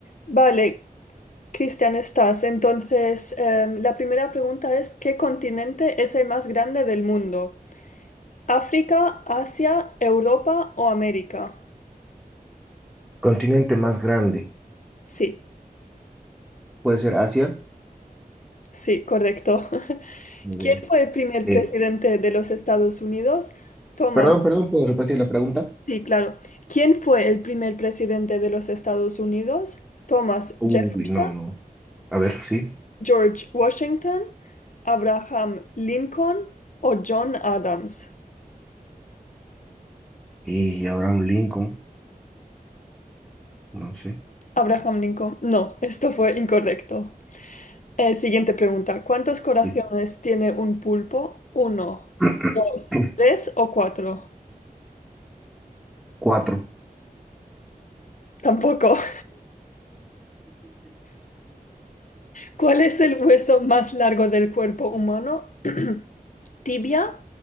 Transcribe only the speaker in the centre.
Continente más grande.
Puede ser Asia.
Muy
bien.
Eh,
Perdón, perdón, ¿puedo repetir la pregunta?
uy,
no, no. A ver, sí.
Y Abraham Lincoln, no sé.
Sí.
<clears throat>
Cuatro.